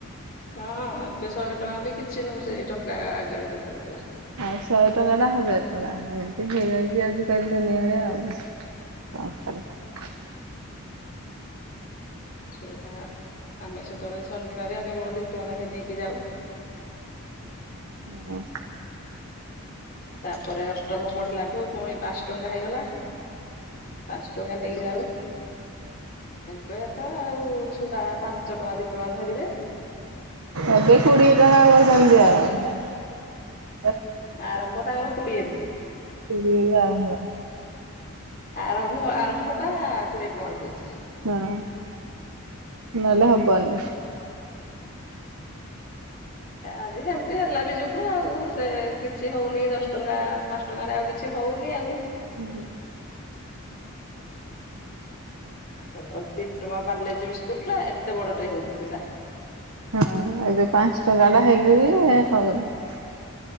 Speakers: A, on the left (about 40°); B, on the right (about 80°).
A: ହଁ। ଏବେ ଶହେ ଟଙ୍କା ବି କିଛି ନୁ ସେଇ ଟଙ୍କା ଆଗରେ ଯେତେବେଳେ ଥିଲା।
B: ଆଉ ଶହେ ଟଙ୍କା ଟା ହଜାର ଟଙ୍କା ଏମିତି ହେଇଯାଇଛି ଆଜିକାଲି ଦୁନିଆରେ ଆଉ କଣ କରିବା?
A: ସେ <unintelligible> ଆମେ ସେତେବେଳେ ଶନିବାର କେବଳ ଦିଟଙ୍କା ଲେଖେ ନେଇକି ଯାଉ।
B: ହଁ।
A: ତାପରେ ଅଷ୍ଟମ ପଢିଲାଠୁ ପୁଣି ପାଞ୍ଚ ଟଙ୍କା ହେଇଗଲା। ପାଞ୍ଚ ଟଙ୍କା ନେକି ଯାଉ। ଏବେ ତ ଆଉ ଛୁଆ ପାଞ୍ଚ ଟଙ୍କା ଦି ଟଙ୍କା ଧରିବେ
B: ଏବେ କୋଡିଏ ଟଙ୍କା କହୁଛନ୍ତି ଦିଅ । <unintelligible>
A: ଆରମ୍ଭ ତାଙ୍କର କୋଡିଏରୁୁ।
B: ରୁ ଆରମ୍ଭ ।
A: ଆରମ୍ଭ ଆରମ୍ଭ ଟା କୋଡିଏ ଟଙ୍କାର ହଉଛି।
B: ହଁ ।ନଏଲେ ହବ। ବନି।
A: ଆଜି ସେମିତି ହେଲା ବି ଯୁଗ ଆଉ। ସେ କିଛି ହଉନି ଦଶଟଙ୍କା । ଟଙ୍କା ପାଁସ ଟଙ୍କାରେ ଆଉ କିଛି ହଉନି ଆଉ।
B: ହୁଁ।
A: ଆଉ ସେତେବେଳ ତିନି ଟଙ୍କା ପ୍ୟାଲେଜି ବିସ୍କୁଟ ଟେ ଏତେ ବଡଟେ ହଉଥିଲା।
B: ହଁ ।ଏବେ ପାଞ୍ଚ ଟଙ୍କାଟା ହେଲେ ବି ହଉନି।